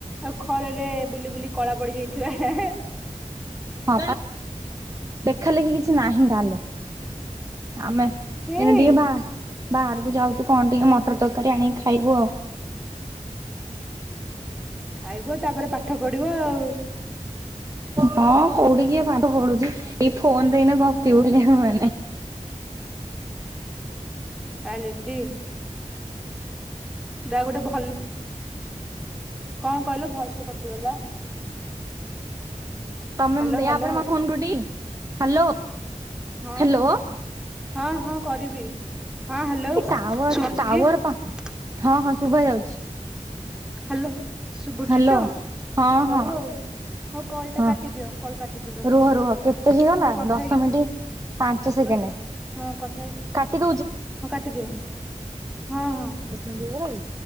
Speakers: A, in the centre; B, on the right (about 25°).
A: ଆଉ ଖରରେ ବୁଲି ବୁଲି କଳା ପଡି ଯାଇଥିବା
B: ହଁ ଦେଖା ଲେଖି କିଛି ନାହିଁ ତାହଲେ ଆମେ
A: ହେଇ
B: ଏନେ ଟିକେ ବା ବାହାରକୁ ଯାଉଛୁ କଣ ଟିକେ ମଟର ତରକାରୀ ଆଣ ଖାଇବୁ
A: ଖାଇବ ତାପରେ ପାଠ ପଢିବ ଆଉ
B: ହଁ କୋଉଠିିକିଏ ପାଠ ପଢୁଛି ଏଇ ଫୋନରେନା କପି ଉିଲ ମାନେ
A: ଆ ରେଡି ଯାହା ଗୋଟେ ଭଲ କଣ କହିଲ ଭୟସା କଟିଗଲା
B: ତମେ
A: ହ୍ୟାଲୋ
B: ୟା
A: ହ୍ୟାଲୋ
B: ପରେରେ ମ ଫୋନ କଠି ହ୍ୟାଲୋ
A: ହଁ
B: ହ୍ୟାଲୋ।
A: ହଁ ହଁ ହଁ କରିବି ହଁ ହ୍ୟାଲୋ
B: ଏ ଟାୱାର
A: ଶୁଭୁଛି
B: ଟାୱାର
A: କି
B: ପା ହଁ ହଁ <unintelligible>
A: ହ୍ୟାଲୋ ଶୁଭୁଜ୍ରୀ
B: ହ୍ୟାଲୋ
A: ଟ
B: ହଁ
A: ହଉ
B: ହଁ
A: ହଉ ହଉ କଲ ଟା
B: ହଁ
A: କାଟିଦିଅ କଲ କାଟିଦିଅ ଦଶ
B: ରୁହ
A: ମିନିଟ
B: ରୁହ
A: ହେଇଗଲା
B: କେତେ ହେଇଗଲା
A: ହଉ କଥା
B: ଦଶ
A: ହେଇକି
B: ମିନିଟ୍ ପାଞ୍ଚ ସେକେଣ୍ଡ
A: ହଁ କଥା ହେଇକି
B: କାଟି
A: ହଁ କାଟିଦିଅ ହଁ ହଁ।
B: ପ୍ର ଭାଇ